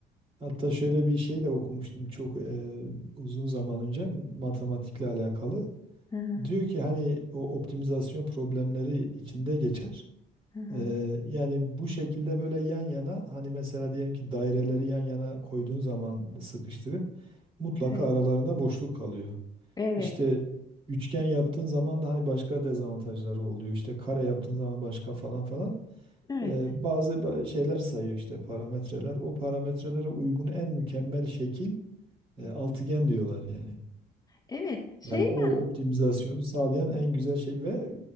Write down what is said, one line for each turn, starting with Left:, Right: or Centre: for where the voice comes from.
Right: hatta şöyle bir şey de okumuştum çok e, uzun zaman önce matematikle alakalı.
Left: Hı hı,
Right: Diyor ki hani o optimizasyon problemleri içinde geçer.
Left: hı hı.
Right: Ee, yani bu şekilde böyle yan yana hani mesela diyelim ki daireleri yan yana koyduğun zaman sıkıştırıp mutlaka
Left: Evet,
Right: aralarında boşluk kalıyor.
Left: evet,
Right: İşte üçgen yaptığın zaman da hani başka dezavantajları oluyor. İşte kare yaptığın zaman başka falan falan.
Left: evet,
Right: Ee, bazı ba- şeyler sayıyor işte parametreler. O parametrelere uygun en mükemmel şekil e, altıgen diyorlar yani.
Left: evet. Şey
Right: Yani o
Left: ben,
Right: optimizasyonu sağlayan en güzel şey ve